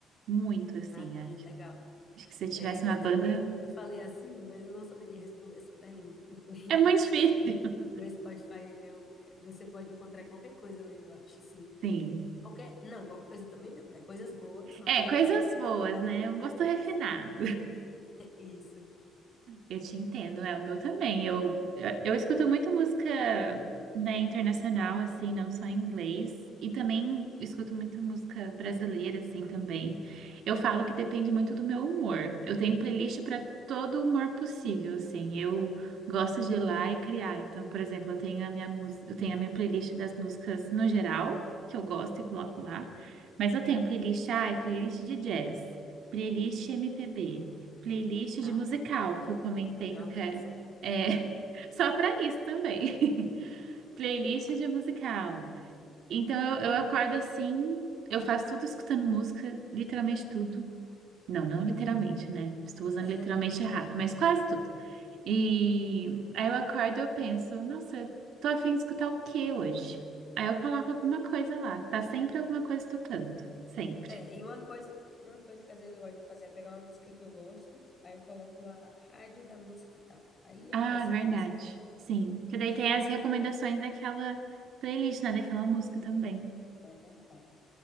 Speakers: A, on the right; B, on the left.
A: Muito, assim,
B: Ah, Queen,
A: acho.
B: legal.
A: Acho que se eu tivesse
B: É,
A: uma
B: eu
A: banda,
B: também, eu eu falei assim, mas eu não saberia responder essa pergunta, porque
A: é muito difícil.
B: <laughs> meu Spotify, ele é um, é- você pode encontrar qualquer coisa nele, eu acho, assim.
A: <laughs> Sim.
B: Qualquer, não, qualquer coisa também não, né? Coisas boas, mas
A: É,
B: de
A: coisas
B: estilos
A: boas,
B: musicais
A: né?
B: <laughs> diferentes.
A: Um gosto refinado.
B: Isso.
A: Eu te entendo, é o meu também. Eu, eu, eu escuto muito música, né, internacional, assim, não só em inglês, e também escuto muita música brasileira, assim, também. Eu falo que depende muito do meu humor. Eu tenho playlist para todo humor possível, assim. Eu gosto de ir lá e criar. Então, por exemplo, eu tenho a minha música, eu tenho a minha playlist das músicas no geral, que eu gosto e coloco lá. Mas eu tenho playlist, ah, é playlist de jazz, playlist MPB. Playlist
B: Ah,
A: de musical,
B: entendi.
A: que eu comentei
B: Tá bem
A: que
B: organizada.
A: eu quero. É, <laughs> só para isso também. <laughs> Playlist de musical. Então eu, eu acordo assim, eu faço tudo escutando música, literalmente tudo. Não, não literalmente, né? Estou usando
B: <laughs>
A: literalmente errado, mas quase tudo. E aí eu acordo e eu penso, nossa, tô a fim de escutar o que hoje? Aí eu coloco alguma coisa lá, tá sempre alguma coisa tocando, sempre.
B: É, e uma coisa, uma coisa que às vezes eu gosto de fazer é pegar uma música que eu gosto, aí eu coloco lá rádio da música tal. Aí
A: Ah,
B: aparece
A: verdade.
B: várias.
A: Sim. Que daí
B: <laughs>
A: tem as recomendações daquela playlist, né? Daquela música também.
B: É verdade.